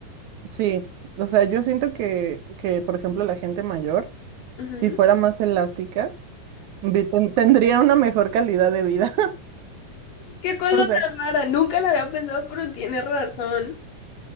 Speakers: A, on the right; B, on the left.
A: sí. O sea, yo siento que, que, por ejemplo, la gente mayor,
B: Ujú.
A: si fuera más elástica, vi- ten- tendría una mejor calidad de vida. <laughs>
B: Qué cosa
A: O sea,
B: tan rara. Nunca la había pensado, pero tienes razón.